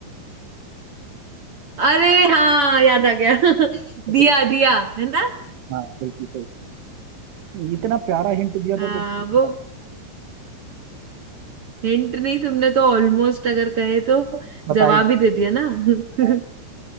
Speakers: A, on the right; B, on the right.
A: अरे हाँ याद आ गया <laughs>
B: है तो
A: दिया
B: बिल्कुल-
A: दिया है ना
B: हाँ बिल्कुल सही इतना प्यारा हिंट दिया तो
A: हाँ
B: तुमने
A: वो हिंट नहीं तुमने तो ऑलमोस्ट अगर कहे तो
B: बता
A: जवाब
B: ही नहीं
A: ही दे दिया ना <laughs>
B: पाया।